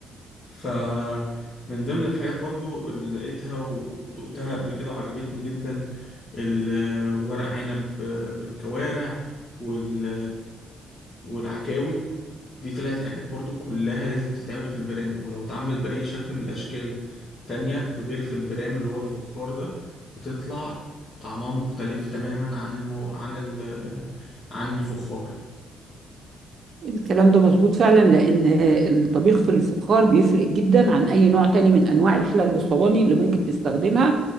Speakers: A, on the left; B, on the right.
A: ف من ضمن الحاجات برضو اللي لقيتها ودقتها قبل كده وعجبتني جدا الورق عنب بالكوارع وال والعكاوي دي طلعت حاجات برضو كلها لازم تتعمل في البرام ولو اتعملت بأي شكل من الأشكال تانية غير في البرام اللي هو الفخار ده بتطلع طعمها مختلف تماما عن المو... عن ال... عن الفخار
B: الكلام ده مظبوط فعلا لان الطبيخ في الفخار بيفرق جدا عن اي نوع تاني من انواع الحلل والصواني اللي ممكن تستخدمها